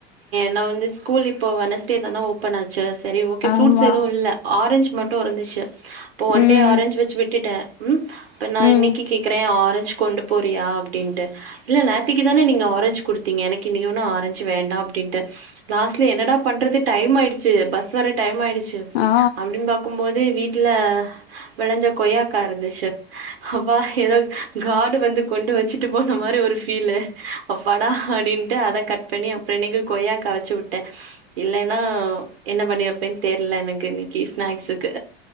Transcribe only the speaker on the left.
ஆமா
ம்
ம்
ஆ